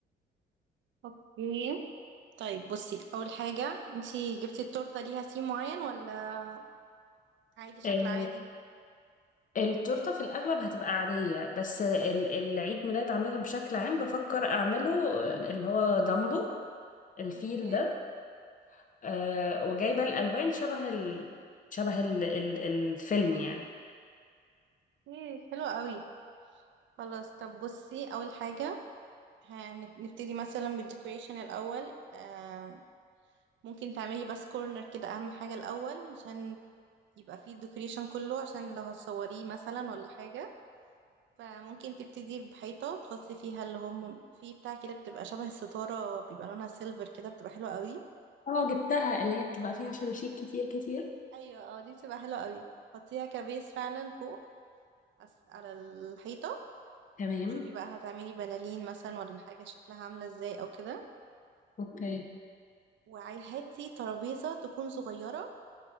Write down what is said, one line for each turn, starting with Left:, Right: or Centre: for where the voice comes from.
Right: اوكي طيب بصي أول حاجة انتي جبتي التورتة ليها سيم معين ولا عادي شكل
Left: آه،
Right: عادي؟
Left: التورتة في الأغلب هتبقى عادية بس ال- العيد ميلاد عامة بشكل عام بفكر أعمله آه، اللي هو دامبو الفيل
Right: اوكي
Left: ده آه، وجايبة الألوان شبه ال... شبه ال... ال... الفيلم يعني
Right: ايه حلو قوي خلاص طب بصي أول حاجة هنبتدي مثلا بالديكوريشن الأول آم، ممكن تعملي بس كورنر كده أهم حاجة الأول عشان يبقى فيه الديكوريشن كله عشان لو هتصوريه مثلا ولا حاجة فممكن تبتدي بحيطة تحطي فيها اللي هم في بتاع كده بتبقى شبه الستارة بيبقى لونها سيلفر كده بتبقى حلوة قوي
Left: اه جبتها اللي هي بتبقى فيها شراشيب كتير كتير
Right: ايوه اه دي بتبقى حلوة قوي حطيها كبيس فعلا فوق أس- على الحيطة
Left: تمام
Right: وشوفي بقى هتعملي بلالين مثلا ولا حاجة شكلها عاملة ازاي او كده
Left: اوكي
Right: وهاتي ترابيزة تكون صغيرة